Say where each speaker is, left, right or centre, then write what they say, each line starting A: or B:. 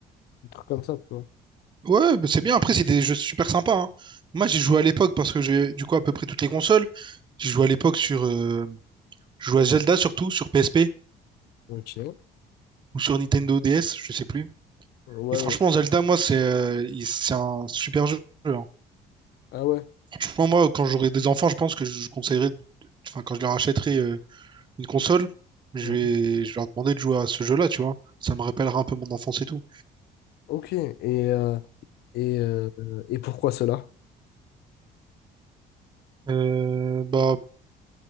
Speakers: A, on the left (about 70°); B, on the right (about 25°).
A: des trucs comme ça, tu vois.
B: Ouais, bah, c'est bien. Après, c'est des jeux super sympas. hein. Moi, j'ai joué à l'époque parce que j'ai, du coup, à peu près toutes les consoles. J'ai joué à l'époque sur. euh, Je jouais à Zelda surtout, sur PSP
A: Ok.
B: ou sur Nintendo DS, je sais plus.
A: Ouais,
B: Et franchement,
A: ouais.
B: Zelda, moi, c'est euh, il- c'est un super jeu. hein.
A: Ah ouais.
B: Franchement, moi, quand j'aurai des enfants, je pense que je conseillerais. de- Enfin, quand je leur achèterai une console, je
A: Mhm.
B: vais, je vais leur demander de jouer à ce jeu-là, tu vois. Ça me rappellera un peu mon enfance et tout.
A: Ok. Et, euh, et, euh, et pourquoi cela?
B: Euh, bah,